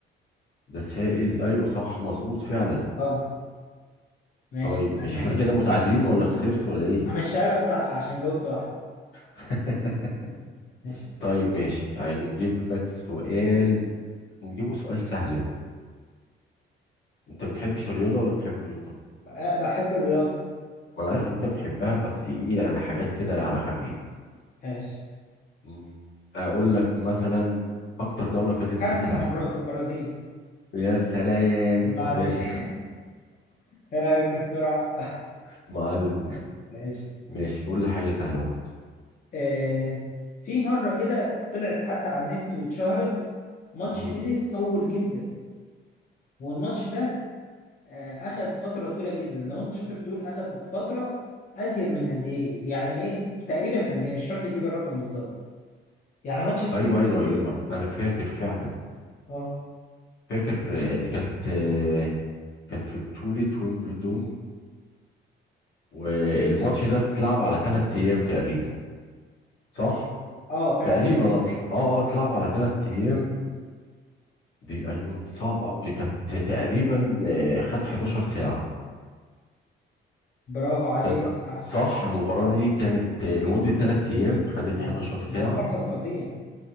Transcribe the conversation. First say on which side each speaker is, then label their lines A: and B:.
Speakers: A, on the left; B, on the left.
A: ده سائل ايوه صح مظبوط فعلا
B: اه ماشي
A: طيب
B: استنى
A: ماشي احنا
B: انت
A: كده متعادلين ولا خسرت ولا ايه
B: همشيها لك صح عشان جاوبت واحدة
A: <laughs>
B: ماشي
A: طيب ماشي هنجيب لك سؤال نجيبه سؤال سهل بقى انت بتحبش الرياضة ولا بتحب الرياضة
B: أه، بحب الرياضة
A: ما انا عارف ان انت بتحبها بس ايه يعني حاجات كده على خفيف
B: ماشي
A: مم، اقول لك مثلا اكتر دولة فازت بكأس
B: خمس
A: العالم
B: مرات البرازيل
A: يا سلام
B: الله
A: باشا
B: عليك <laughs> ايه رأيك في السرعة؟
A: <laughs> معلم
B: ماشي
A: ماشي قول لي حاجة سهلة برضه
B: آه في مرة كده طلعت حتى على النت واتشهرت ماتش
A: مم.
B: تنس طول جدا والماتش ده آه أخد فترة طويلة جدا لو أنت شاطر تقول أخد فترة أزيد من قد إيه؟ يعني إيه؟ تقريبا قد إيه؟ مش شرط تجيب الرقم بالظبط يعني ماتش التنس
A: أيوه
B: ده
A: أيوه
B: كان
A: أيوه
B: وقت
A: أيوه
B: قد إيه؟
A: أنا فاكر فعلا
B: أه
A: فاكر آه، دي كانت آه، كانت في بطولة ويمبلدون والماتش ده اتلعب على ثلاث أيام تقريبا صح؟
B: أه فعلا
A: تقريبا أطل- اه اه اتلعب على ثلاث أيام دي أيون دي صعبة أوي دي كانت تقريبا آه، خد 11 ساعة
B: برافو عليك
A: كانت
B: صح
A: صح المباراة
B: صح
A: دي كانت آه، لمدة ثلاث أيام خدت
B: اه
A: 11 ساعة
B: الموضوع كان فظيع